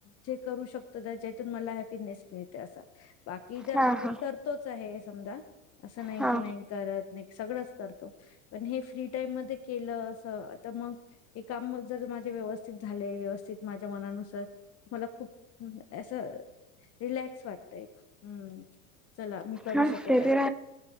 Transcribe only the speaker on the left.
जे करू शकतो ज्यातून मला हॅपीनेस मिळते अस बाकी
आपण
करतोच आहे समजा असं नाही
की नाही करत नाही सग करतो पण हे फ्री टाईम म के अस मग काम माझ व्यवस्थित झाले व्यवस्थित माझ्या मनानुसार मला खूप असं रिलॅक्स वाटत एक हम् चला मी करू
शकत
आहे